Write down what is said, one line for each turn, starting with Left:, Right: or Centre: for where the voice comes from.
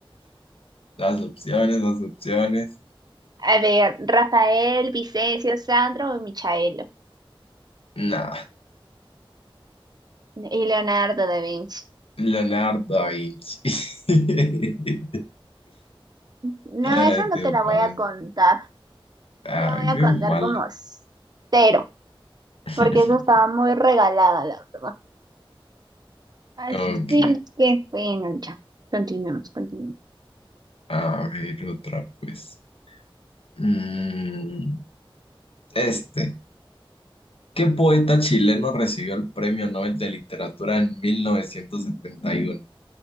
Left: Las opciones, las opciones.
Right: A ver, Rafael, Vicencio, Sandro y Michaelo.
Left: Nah,
Right: Y Leonardo da Vinci.
Left: Leonardo da Vinci. <laughs>
Right: No,
Left: Eh,
Right: esa
Left: te
Right: no te la
Left: pasas.
Right: voy a contar.
Left: Ay,
Right: Te la voy a
Left: qué
Right: contar
Left: mal.
Right: como cero,
Left: <laughs>
Right: porque eso estaba muy regalada, la verdad. Así
Left: Ok,
Right: que, bueno, ya. Continuemos, continuemos.
Left: a ver otra pues. Mm, este. ¿Qué poeta chileno recibió el Premio Nobel de Literatura en mil novecientos setenta y uno